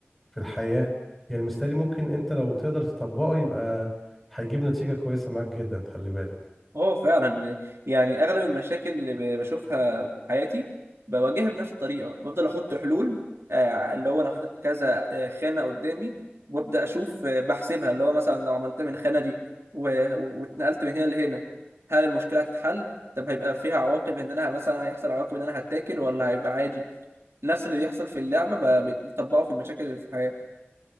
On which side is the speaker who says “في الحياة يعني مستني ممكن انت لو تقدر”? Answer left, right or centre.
Centre